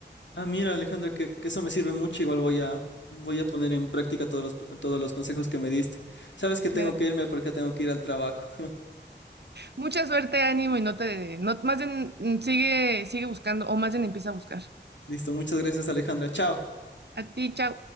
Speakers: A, on the left; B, on the right.
A: Ah, mira, Alejandra, que, que eso me sirve mucho. Igual voy a, voy a poner en práctica todos los, todos los consejos que me diste. Sabes que tengo
B: Me
A: que
B: da
A: irme porque tengo que ir al trabajo. <laughs>
B: Mucha suerte, ánimo y no te, no, más bien mm, sigue, sigue buscando o más bien empieza a buscar.
A: Listo, muchas gracias, Alejandra. Chao.
B: A ti, chao.